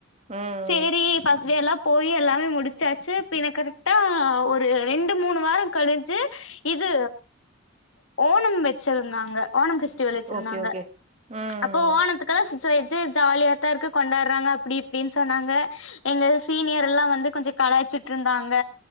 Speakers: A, on the right; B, on the left.
A: ம்.
B: சேரி ஃபஸ்ட் டே எல்லா போயி எல்லாமே முடிச்சாச்சு பின்ன கரெக்ட்டா ஒரு ரெண்டு மூணு வார கழிச்சு இது ஓணம் வெச்சிருந்தாங்க ஓணம் ஃபெஸ்டிவல் வெச்சிருந்தாங்க
A: ஓகே, ஓகே. ம்.
B: அப்போ ஓணத்துக்கு ஜாலியாத்தா இருக்கு கொண்டாடறாங்க அப்டி இப்டின் சொன்னாங்க எங்க சீனியர்லா வந்து கொஞ்ச கலாய்ச்சிட்ருந்தாங்க